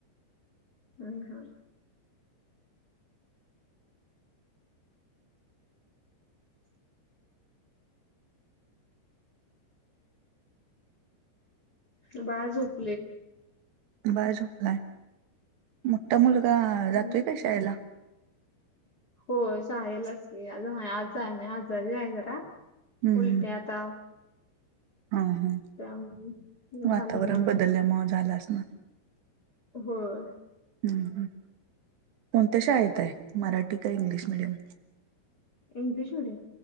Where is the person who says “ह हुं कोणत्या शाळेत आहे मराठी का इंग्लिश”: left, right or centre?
Right